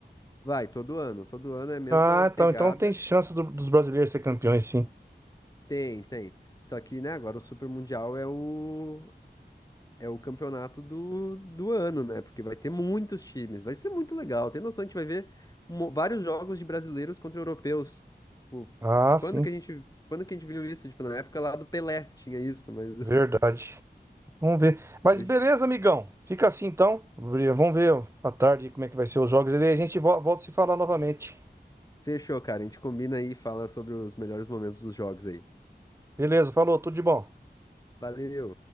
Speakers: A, on the left (about 20°); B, on the right (about 15°).
A: Vai, todo ano. Todo ano é a mesma
B: Ah,
A: pegada.
B: então, então tem chance do- dos brasileiros ser campeões, sim.
A: Tem, tem. Só que, né, agora o Super Mundial é o, é o campeonato do, do ano, né? Porque vai ter muitos times. Vai ser muito legal. Tem noção, a gente vai ver mo- vários jogos de brasileiros contra europeus. Tipo,
B: Ah,
A: quando
B: sim.
A: que a gente, quando que a gente viu isso? Tipo, na época lá do Pelé tinha isso, mas
B: Verdade. Vamos ver. Mas
A: <laughs> hoje.
B: beleza, amigão. Fica assim então. Vamos ver à tarde como é que vai ser os jogos. E daí a gente vo- volta a se falar novamente.
A: Fechou, cara. A gente combina aí e fala sobre os melhores momentos dos jogos aí.
B: Beleza, falou, tudo de bom.
A: Valeu!